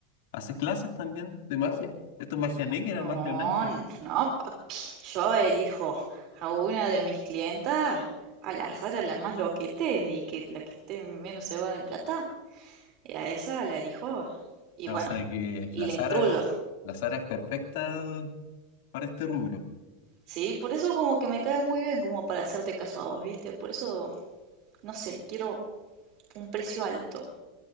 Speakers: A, on the left; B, on the right.
A: haces clases también de magia? ¿Esto es magia negra,
B: No,
A: magia blanca?
B: n- no, papi. Yo elijo a una de mis clientas al azar, a la más loquete y que la que esté menos cebada en plata. Y a esa la elijo. Y
A: Ah,
B: bueno,
A: O sea que
B: y
A: la
B: la
A: Sara,
B: instruyo.
A: la Sara es perfecta para este rubro.
B: Sí, por eso como que me cae muy bien como para hacerte caso a vos, ¿viste? Por eso No sé, quiero un precio alto.